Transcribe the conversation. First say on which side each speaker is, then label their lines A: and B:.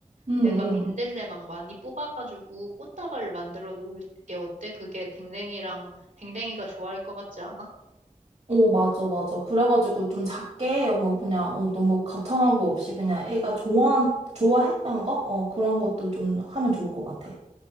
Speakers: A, on the right (about 60°); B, on the right (about 85°).
A: 응,
B: 내가
A: 응.
B: 민들레 막 많이 뽑아가지고 꽃다발을 만들어 놓을게. 어때? 그게 댕댕이랑, 댕댕이가 좋아할 것 같지 않아?
A: 오, 맞아, 맞아. 그래가지고 좀 작게, 뭐, 그냥, 어, 너무 거창하고 없이 그냥 애가 좋아, 좋아했던 거? 어, 그런 것도 좀 하면 좋을 것 같아.